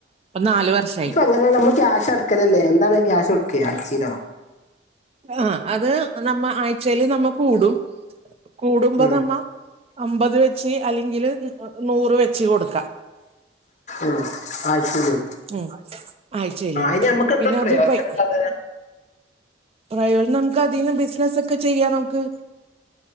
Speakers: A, on the right (about 30°); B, on the left (about 40°).
A: ഇപ്പൊ നാലു വർഷയി
B: ഇങ്ങനെ നമ്മള് ക്യാഷ് അടക്കലല്ലേ എന്താണ് ക്യാഷ് കൊടുക്കയാ <unintelligible>
A: ആഹ്‌ അത് നമ്മ ആഴ്ചയിൽ നമ്മ കൂടും കൂടുമ്പോ
B: ഉം
A: നമ്മ അമ്പത് വെച്ച് അല്ലെങ്കിൽ നൂറ് വെച്ച് കൊടുക്കാം
B: ആഹ് ആഴ്ച്ചെല്
A: ഉം ആഴ്ചയില്
B: ആഹ്‌ അയിന് നമ്മക്ക്
A: പിന്നെ
B: എന്താ പ്രയോജനള്ളത്
A: അത് പൈ പ്രയോജനം നമുക്ക് അതിന്നു ബിസിനസ് ഒക്കെ ചെയ്യാം നമുക്ക്